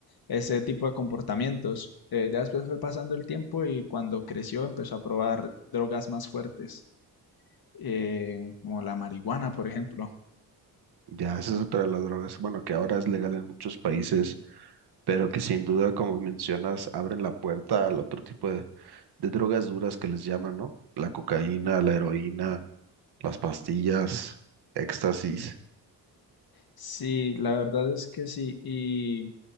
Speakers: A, on the left; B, on the right.
A: ese tipo de comportamientos. Eh, ya después fue pasando el tiempo y cuando creció empezó a probar drogas más fuertes, eh, como la marihuana, por ejemplo.
B: Ya, esa es otra de las drogas, bueno, que ahora es legal en muchos países, pero que sin duda, como mencionas, abren la puerta al otro tipo de, de drogas duras que les llaman, ¿no? La cocaína, la heroína, las pastillas, éxtasis.
A: Sí, la verdad es que sí. Y